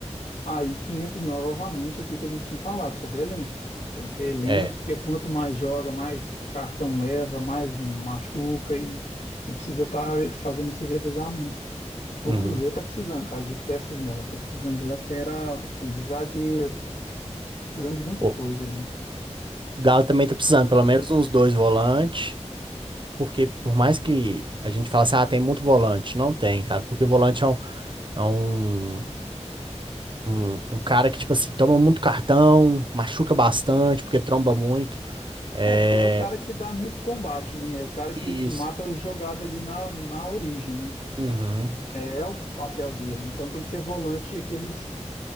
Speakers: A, on the left; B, on the right.
A: aí que entra novamente aqui que a gente tinha falado sobre elenco. Tem que ter elenco,
B: é.
A: porque quanto mais joga, mais cartão leva, mais machuca e, e precisa estar fazendo esse revezamento. O
B: Uhum.
A: Cruzeiro tá precisando, cara, de peças novas, tá precisando de lateral, tá precisando de zagueiro, precisando de muita
B: O
A: coisa ali.
B: Galo também tá precisando, pelo menos uns dois volantes. Porque por mais que a gente fale assim, ah, tem muito volante, não tem, cara, porque volante é um, é um, um, um cara que, tipo assim, toma muito cartão, machuca bastante, porque tromba muito. É.
A: É, porque é o cara que dá muito combate, né? É o cara que,
B: Isso.
A: que mata as jogadas ali na, na origem, né?
B: Uhum.
A: É, é o papel dele. Então tem que ser volante aqueles,